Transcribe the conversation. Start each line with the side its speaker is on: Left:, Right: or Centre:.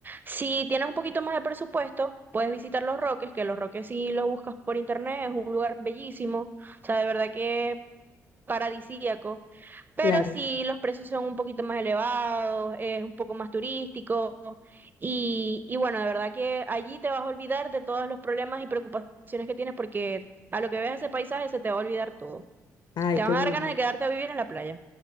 Right: Si tienes un poquito más de presupuesto, puedes visitar Los Roques, que Los Roques si lo buscas por internet, es un lugar bellísimo, o sea, de verdad que es paradisíaco, pero
Left: Claro.
Right: si los precios son un poquito más elevados, es un poco más turístico y, y bueno, de verdad que allí te vas a olvidar de todos los problemas y preocupaciones que tienes porque a lo que veas ese paisaje se te va a olvidar todo.
Left: Ay,
Right: Te
Left: qué
Right: van a
Left: bello.
Right: dar ganas de quedarte a vivir en la playa.